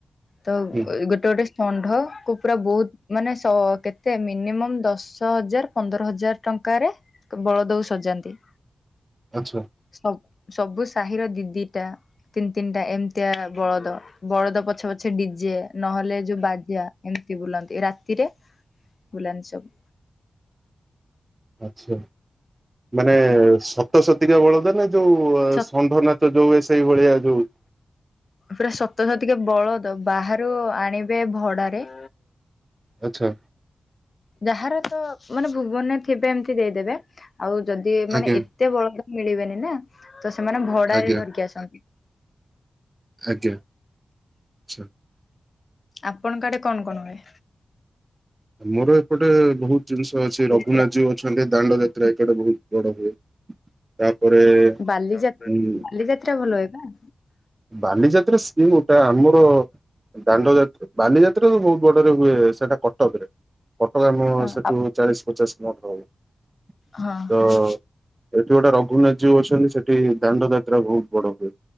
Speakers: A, on the left; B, on the right.
A: ତ
B: ହୁଁ
A: ଗୋଟେ ଗୋଟେ ଷଣ୍ଢ କୁ ପୁରା ବୋହୁତ୍ ମାନେ ସ କେତେ ମିନିମମ୍ ଦଶ ହଜାର ପନ୍ଦର ହଜାର ଟଙ୍କାରେ ବଳଦକୁ ସଜାନ୍ତି।
B: ଆଚ୍ଛା।
A: ସ‌ ସବୁ ସାହିର ଦି ଦିଟା। ତିନି ତିନିଟା ଏମିତିଆ ବଳଦ ବଳଦ ପଛେ ପଛେ ଡ଼ିଜେ ନହେଲେ ଯୋଉ ବାଜା। ଏମିତି ବୁଲନ୍ତି ରାତିରେ ବୁଲାନ୍ତି ସବୁ।
B: ଆଚ୍ଛା ମାନେ ସତସତିକା ବଳଦ ନା ଯୋଉ
A: ସତ
B: ଷଣ୍ଢ ନା <unintelligible> ଭଳିଆ ଯୋଉ
A: ପୁରା ସତ ସତିକା ବଳଦ ବାହାରୁ ଆଣିବେ ଭଡ଼ାରେ।
B: ଆଚ୍ଛା।
A: ଯାହାର ତ ମାନେ ଭୁବନେ ଥିବେ ଏମିତି ଦେଇଦେବେ ଆଉ ଯଦି ମାନେ
B: ଆଜ୍ଞା
A: ଏ ଏତେ ବଳଦ ମିଳିବେନି ନା ତ ସେମାନେ ଭଡ଼ା
B: ଆଜ୍ଞା
A: ରେ ଧରିକି ଆସନ୍ତି।
B: ଆଜ୍ଞା ଆଚ୍ଛା।
A: ଆପଣଙ୍କ ଆଡ଼େ କଣ କଣ ହୁଏ?
B: ଆମର ଏପଟେ ବହୁତ ଜିନିଷ ଅଛି
A: ବାଲିଯାତ୍ରା
B: ରଘୁନାଥଜୀଉ ଅ ଅଛନ୍ତି ଦାଣ୍ଡ ଯାତ୍ରା ଏପଟେ ବହୁତ ବଡ଼ ହୁଏ। ତାପରେ
A: ବାଲିଯାତ
B: ଉଁ
A: ବାଲିଯାତ୍ରା ଭଲ ହୁଏ ନା।
B: ବାଲିଯାତ୍ରା ସି ଗୋଟା ଆମର ଦାଣ୍ଡ ଯାତ ବାଲିଯାତ୍ରା ତ ବହୁତ ବଡରେ ହୁଏ ସେଟା କଟକ ରେ କଟକ ଆମ
A: ହଁ
B: ସେଠୁ
A: ଆପ୍
B: ଚାଳିଶ ପଚାଶ କିଲୋ ମିଟର ହବ-
A: ହଁ
B: ତ
A: ହଁ।
B: ଏଠି ଗୋଟେ ରଘୁନାଥଜୀଉ ଅଛନ୍ତି ସେଠି ଦାଣ୍ଡ ଯାତ୍ରା ବହୁତ ବଡ଼ ହୁଏ।